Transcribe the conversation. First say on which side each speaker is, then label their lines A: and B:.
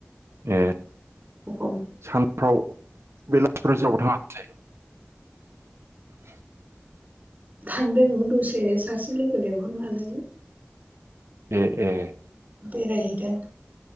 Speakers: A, on the right; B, on the right.
A: ए
B: एखम
A: सानफ्राव बेलासिफोर <unintelligible> <inaudible>
B: थांदों दसे सासे लोगो लिंहरनानै
A: ए ए
B: बेरायहैदों